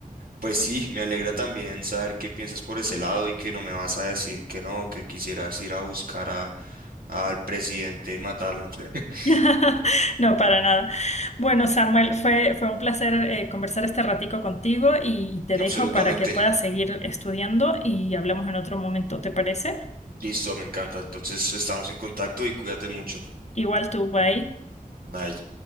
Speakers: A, on the right (about 80°); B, on the left (about 50°).
A: pues sí, me alegra también saber qué piensas por ese lado y que no me vas a decir que no, que quisieras ir a buscar a, al presidente y matarlo. <laughs>
B: <laughs>
A: Bueno,
B: No, para
A: mm,
B: nada. Bueno, Samuel, fue, fue un placer eh, conversar este ratico contigo y, y te dejo
A: absolutamente.
B: para que puedas seguir estudiando y hablamos en otro momento, ¿te parece?
A: Listo, me encanta. Entonces estamos en contacto y cuídate mucho.
B: Igual tú, bye.
A: Bye.